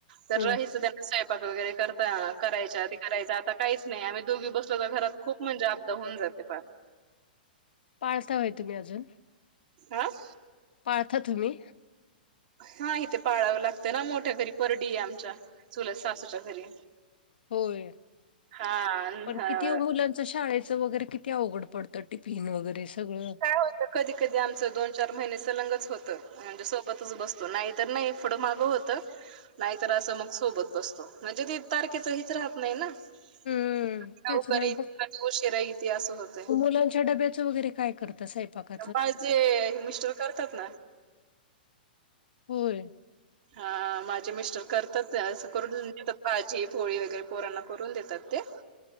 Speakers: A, on the right (about 55°); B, on the left (about 75°).
A: तर
B: हं.
A: रहाचं त्यांना स्वयपाक वगैरे करता करायच्या आधी. करायच आता काईच नाई आमी दोघी बसलो त घरात खूप म्हणजे अबदा होऊन जाते पार.
B: पाळता व्हय तुम्ही अजून.
A: आं.
B: पाळता तुम्ही?
A: हा हिथे पाळावं लागतं ना मोठ्या घरी परडी आमच्या चुलत सासुच्या घरी.
B: होय
A: हा
B: पण कितीव मुलांच शाळेचं वगैरे कित् -ती अवघड पडतं टिफिन वगैरे सगळं.
A: काय होत कधी कधी आमचं दोन चार महीने सलंगच होतं. म्हणजे सोबतच बसतो नाई तर नाई फुडं मागं होतं. नाईतर असं मग सोबत बसतो म्हणजे तीत तारखेच हेच राहत नाई ना.
B: हम्म.
A: कधी
B: तेच
A: लवकर
B: ना
A: येती
B: मग
A: कधी उशिरा येती असं होतंय.
B: मुलांच्या डब्याचं वगैरे काय करता सैपाका
A: माझे मिस्टर करतात ना.
B: होय.
A: हा माझे मिस्टर करता त्या असं करून देत् भाजी पोळी वगैरे पोरांना करून देतात ते.